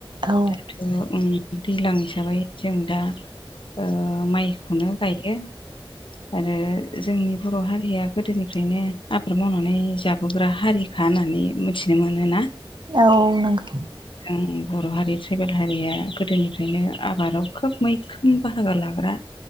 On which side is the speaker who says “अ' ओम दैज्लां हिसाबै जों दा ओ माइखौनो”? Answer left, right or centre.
Left